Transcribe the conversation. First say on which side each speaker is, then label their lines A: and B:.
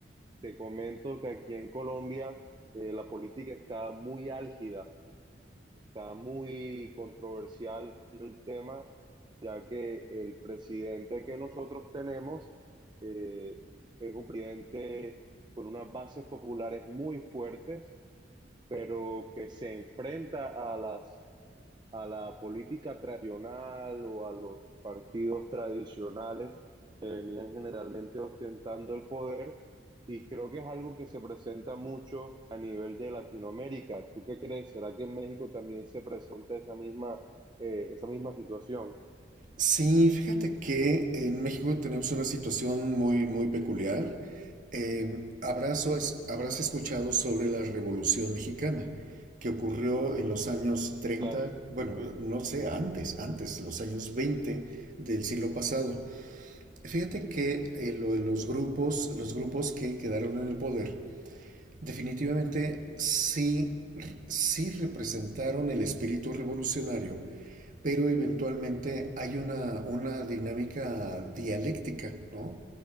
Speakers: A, on the right (about 25°); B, on the right (about 45°).
A: Te comento que aquí en Colombia eh, la política está muy álgida, está muy controversial el tema, ya que el presidente que nosotros tenemos eh, es un presidente con unas bases populares muy fuertes, pero que se enfrenta a las a la política tradicional o a los partidos tradicionales que venían generalmente ostentando el poder. Y creo que es algo que se presenta mucho a nivel de Latinoamérica. ¿Tú qué crees? ¿Será que en México también se presenta esa misma, eh, esa misma situación?
B: Sí, fíjate que en México tenemos una situación muy, muy peculiar. Eh, habrás, o es- habrás escuchado sobre la Revolución Mexicana, que ocurrió en los años treinta,
A: Claro,
B: bueno, no sé, antes, antes, los años 20 del siglo pasado. Fíjate que eh, lo de los grupos, los grupos que quedaron en el poder, definitivamente sí, sí representaron el espíritu revolucionario, pero eventualmente hay una, una dinámica dialéctica, ¿no?